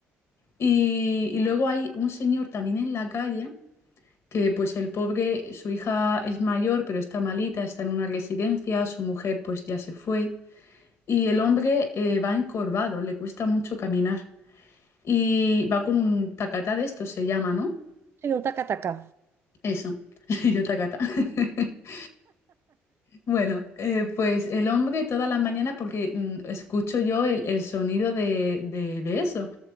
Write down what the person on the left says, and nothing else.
Y, y luego hay un señor también en la calle que pues el pobre, su hija es mayor, pero está malita, está en una residencia, su mujer pues ya se fue, y el hombre eh, va encorvado, le cuesta mucho caminar, y va con un tacatá de estos, se llama, ¿no?
Eso, <laughs> yo tacatá. <laughs> Bueno, eh, pues el hombre toda la mañana, porque mm, escucho yo el, el sonido de, de- de eso.